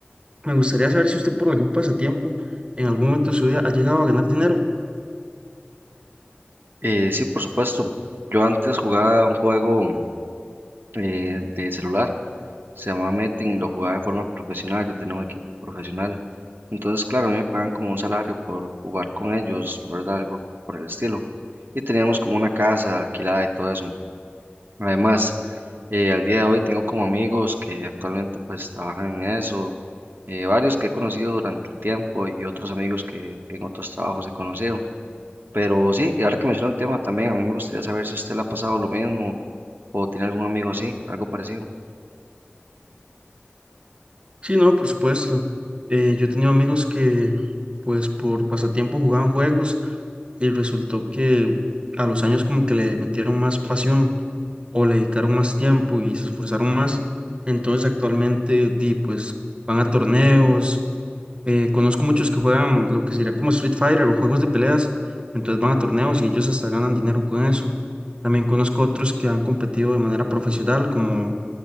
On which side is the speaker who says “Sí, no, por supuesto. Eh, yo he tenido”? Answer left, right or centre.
Right